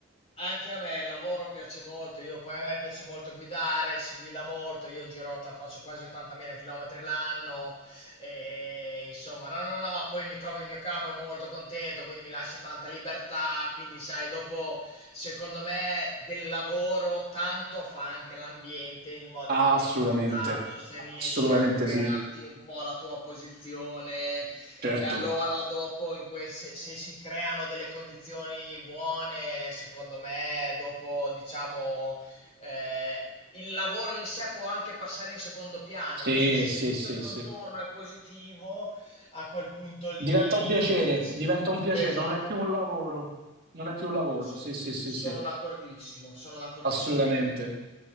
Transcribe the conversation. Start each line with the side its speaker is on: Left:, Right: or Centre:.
Left: Anche a me il lavoro piace molto, io poi a me piace molto guidare, si guida molto, io giro, ta- faccio quasi 80.000 km l'anno, e insomma, no, no, no, poi mi trovo il mio capo, è molto contento, quindi mi lascia tanta libertà, quindi sai, dopo, secondo me, del lavoro tanto fa anche l'ambiente, il modo
Right: Assolutamente,
Left: in cui vieni trattato, se
Right: assolutamente
Left: riesci a crearti
Right: sì,
Left: un po' la tua posizione,
Right: certo.
Left: e allora dopo in que- se, se si creano delle condizioni buone, secondo me, dopo diciamo eh, il lavoro in sé può anche passare in secondo piano,
Right: Sì,
Left: nel senso se
Right: sì,
Left: tutto
Right: sì,
Left: il contorno
Right: sì.
Left: è positivo, a quel punto lì
Right: Diventa un piacere,
Left: dice...
Right: diventa un piacere,
Left: Esatto.
Right: non è più un lavoro, non è più un lavoro,
Left: So-
Right: sì, sì, sì,
Left: sono
Right: sì.
Left: d'accordissimo, sono d'accordissimo
Right: Assolutamente.
Left: con te.